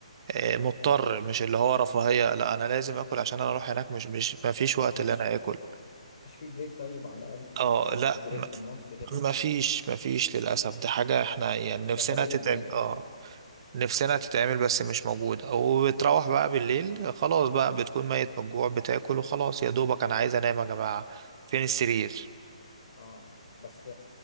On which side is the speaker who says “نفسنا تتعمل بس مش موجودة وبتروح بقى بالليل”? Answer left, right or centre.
Right